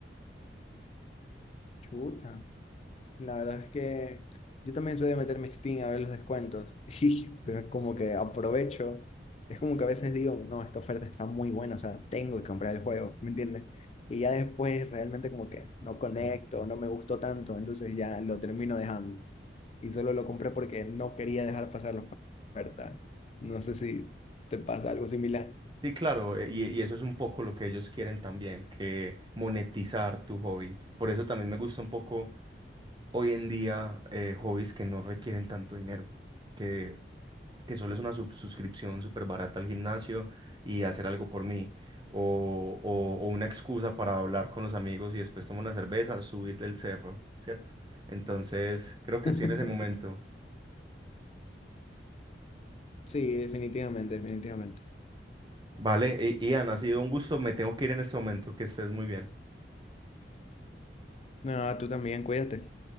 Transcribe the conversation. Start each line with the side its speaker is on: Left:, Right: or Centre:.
Left: Chuta. La verdad es que yo también soy de meterme en Steam a ver los descuentos <laughs> y como que aprovecho. Es como que a veces digo, no, esta oferta está muy buena, o sea, tengo que comprar el juego, ¿me entiendes? Y ya después realmente como que no conecto, no me gustó tanto, entonces ya lo termino dejando. Y solo lo compré porque no quería dejar pasar la oferta. No sé si te pasa algo similar.
Right: Sí, claro, eh, y, y eso es un poco lo que ellos quieren también, que monetizar tu hobby. Por eso también me gusta un poco hoy en día eh, hobbies que no requieren tanto dinero, que, que solo es una sub- suscripción súper barata al gimnasio y hacer algo por mí, o, o, o una excusa para hablar con los amigos y después tomar una cerveza, subir el cerro, ¿cierto? Entonces, creo que
Left: <laughs>
Right: estoy en ese momento.
Left: Sí, definitivamente, definitivamente.
Right: Vale, I- Ian, ha sido un gusto, me tengo que ir en este momento, que estés muy bien.
Left: Nada, tú también, cuídate.